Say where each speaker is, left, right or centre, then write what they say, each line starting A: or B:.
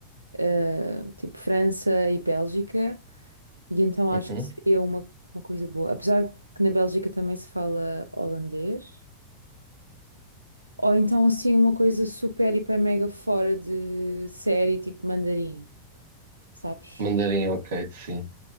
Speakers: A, on the right (about 80°); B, on the right (about 55°).
A: eh, tipo França e Bélgica, e então
B: uhum.
A: acho que seria uma, uma coisa boa. Apesar que na Bélgica também se fala holandês, ou então assim uma coisa super, hiper, mega fora de série, tipo mandarim, sabes?
B: Mandarim, ok, sim.